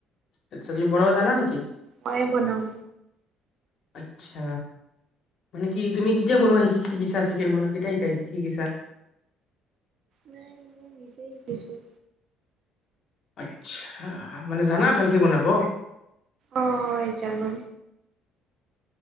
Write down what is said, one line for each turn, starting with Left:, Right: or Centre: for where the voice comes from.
Left: আচ্ছা তুমি বনাব জানা নেকি
Right: ময়ে বনাওঁ।
Left: আচ্ছা। মানে কি তুমি কেতিয়া বনোৱা শি -শিকিছা চিকেন বনোৱা কেতিয়া শিকাইছ- শিকিছা?
Right: নাই মই নিজেই শিকিছোঁ।
Left: আচ্ছা। মানে জানা ভালকে বনাব?
Right: হয় জানো।